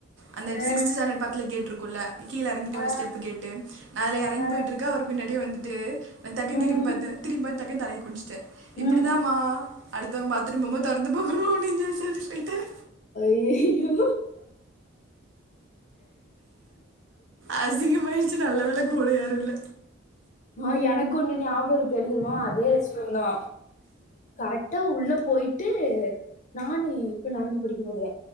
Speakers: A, on the right (about 65°); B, on the left (about 40°).
A: அந்த
B: அ,
A: சிக்ஸ்த் ஸ்டாண்டர்ட் பக்ல கேட் ருக்குல்ல கீழ இறங்கி போற
B: ஆ,
A: ஸ்டெப்பு கேட்டு நா அதல இறங்
B: ஆ.
A: போயிட்டுருக்க அவரு பின்னாடியே வந்துட்டு நா டக்குன்
B: ம்.
A: திரிம் பாத்த திரிம் பாத் டக்குன்னு தலைய குனிஞ்சுட்ட
B: ம்.
A: இப்படிதாம அடுத்தவங்க பாத்ரூம் போம் போது தொறந்து பாக்கணு அப்டின் சொல்ட்டு போய்ட்டாரு
B: ஐயையோ
A: அசிங்கமாயிருச்சு நல்ல வேல கூட யாரு இல்ல
B: அ எனக்கு ஒன்னு ஞாபகம் இருக்கு என்ன தெரிமா அதே ரெஸ்ட்ரூம் தா கரெக்டா உள்ள போயிட்டு நானு இப்ப லெவன்த்து படிக்கும்போது